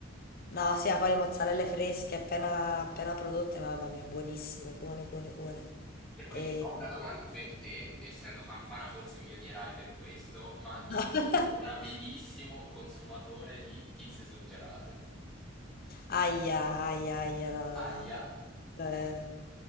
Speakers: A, on the left; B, in the centre.
A: No, sì, a fare mozzarelle fresche appena, appena prodotte, mamma mia, buonissime, buone, buone, buone.
B: E poi
A: E...
B: ho una domanda per te, essendo campana forse mi odierai per questo, ma io
A: <laughs>
B: sono un avidissimo consumatore di pizze surgelate.
A: Aia, aia, aia, no, no,
B: Aia?
A: no. Eh,